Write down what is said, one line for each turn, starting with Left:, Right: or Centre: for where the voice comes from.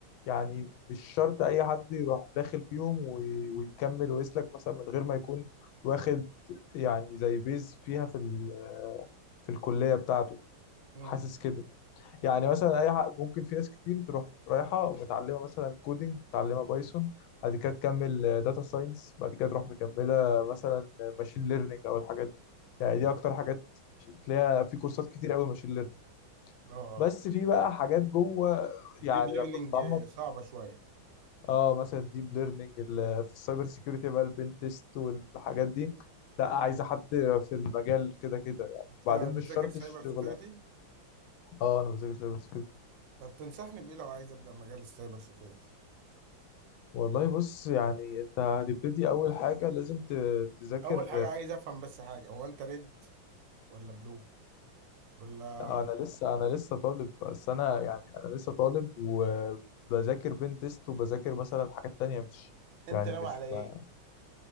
Left: يعني مش شرط اي حد يروح داخل فيهم وي- ويكمل ويسلك مثلا من غير ما يكون واخد يعني زي بيز فيها في ال- في الكلية بتاعته
Right: امم
Left: حاسس كده يعني مثلا اي حق ممكن في ناس كتير تروح رايحه ومتعلمه مثلا كودينج متعلمه بايثون بعد كده تكمل داتا ساينس بعد كده تروح مكمله مثلا ماشين ليرنينج او الحاجات دي يعني دي اكتر حاجات تلاقيها في كورسات كتير قوي ماشين ليرنينج
Right: اه
Left: بس في بقى حاجات جوه
Right: الديب
Left: يعني
Right: ليرنينج
Left: لما تتعمق
Right: صعبه شويه
Left: اه مثلا الديب ليرنينج في السايبر سيكيورتي بقى البين تيست والحاجات دي لا عايزه حد في المجال كده كده يعني
Right: انت
Left: بعدين مش
Right: بتذاكر
Left: شرط
Right: سايبر
Left: الشغل
Right: سيكيورتي
Left: اه انا بذاكر سايبر سيكيورتي
Right: طب تنصحني بايه لو عايز ابدا مجال السايبر سيكيورتي
Left: والله بص يعني انت هتبتدي اول حاجه لازم ت- تذاكر
Right: اول حاجه عايز افهم بس حاجه هو انت ريد ولا بلو ولا
Left: انا لسه انا لسه طالب بس انا يعني انا لسه طالب وبذاكر بين تيست وبذاكر مثلا حاجات تانية مش
Right: انت
Left: يعني
Right: ناوي
Left: مش
Right: على ايه
Left: ما